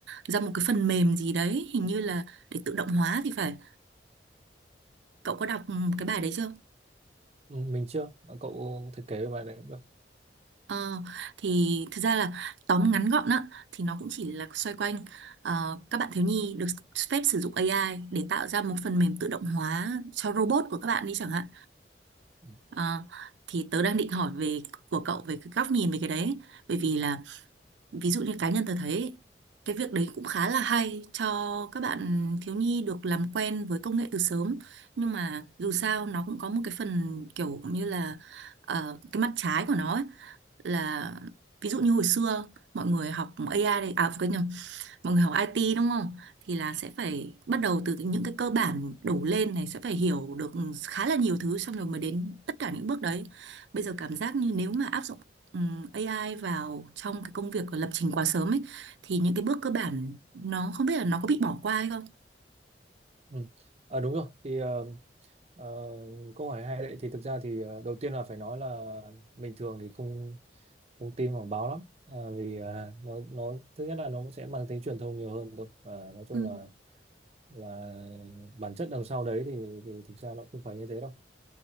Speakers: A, on the right; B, on the right.
A: ra một cái phần mềm gì đấy hình như là để tự động hóa thì phải. Cậu có đọc ừ, cái bài đấy chưa?
B: Ừ, mình chưa Ờ, cậu thiết kế về bài này cũng được
A: Ờ, thì thật ra là tóm ngắn gọn á, thì nó cũng chỉ là xoay quanh ờ, các bạn thiếu nhi được phép sử dụng AI để tạo ra một phần mềm tự động hóa cho robot của các bạn đi chẳng hạn.
B: ừ.
A: Ờ, thì tớ đang định hỏi về của cậu về cái góc nhìn về cái đấy, bởi vì là ví dụ như cá nhân tớ thấy cái việc đấy cũng khá là hay cho các bạn thiếu nhi được làm quen với công nghệ từ sớm, nhưng mà dù sao nó cũng có một cái phần kiểu như là ờ, cái mặt trái của nó là ví dụ như hồi xưa mọi người học AI đây à quên nhầm mọi người học IT đúng không thì là sẽ phải bắt đầu từ những cái cơ bản đổ lên này sẽ phải hiểu được khá là nhiều thứ xong rồi mới đến tất cả những bước đấy bây giờ cảm giác như nếu mà áp dụng ừm, AI vào trong cái công việc của lập trình quá sớm ấy thì những cái bước cơ bản nó không biết là nó có bị bỏ qua hay không
B: Ừ. Ờ, đúng rồi thì ờ, ờ, câu hỏi hay đấy thì thực ra thì ờ, đầu tiên là phải nói là bình thường thì không không tin vào báo lắm Ờ, vì ờ, nó nó thứ nhất là nó sẽ mang tính truyền thông nhiều hơn thôi và nói chung
A: ừ.
B: là là bản chất đằng sau đấy thì thì thực ra nó không phải như thế đâu